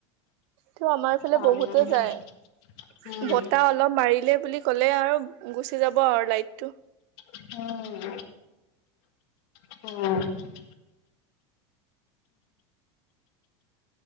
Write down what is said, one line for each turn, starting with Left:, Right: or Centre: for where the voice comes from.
Right: টো আমাৰ ইফালে
Left: চাটডাউন
Right: বহুতে
Left: দিয়ে।
Right: যায়
Left: উম,
Right: বতাহ অলপ মাৰিলে বুলি ক'লে আৰু গুচি যাব আৰু লাইট টো
Left: অ অ